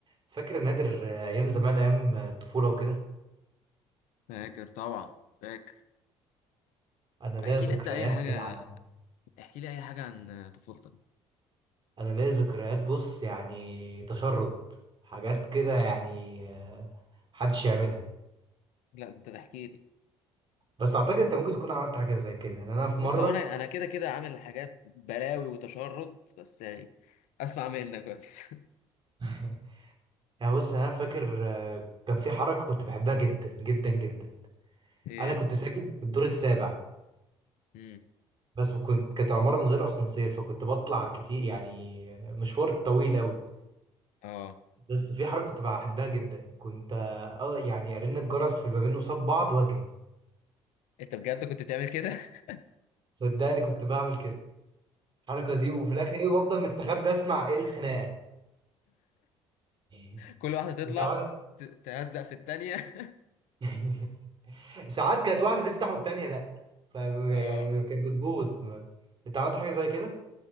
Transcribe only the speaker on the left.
فاكر طبعا فاكر
واحكي
لي انت اي حاجه
احكي لي اي حاجه عن طفولتك
لا انت تحكي لي
بص
هو انا انا كده كده عامل حاجات بلاوي وتشرد بس يعني اسمع منك بس <laughs>
ايه
امم
اه
انت بجد كنت بتعمل كده <laughs>
كل واحده تطلع
ت- تهزق في التانية <laughs>
اه